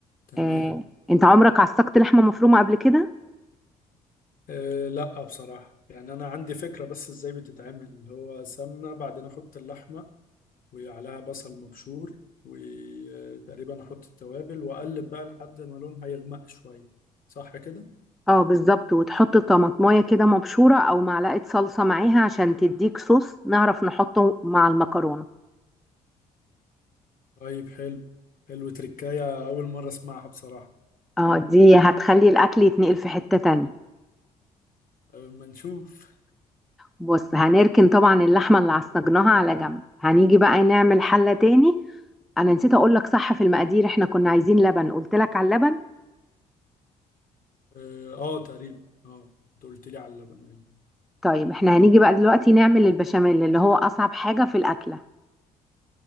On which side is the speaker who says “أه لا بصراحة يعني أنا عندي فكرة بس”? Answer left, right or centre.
Left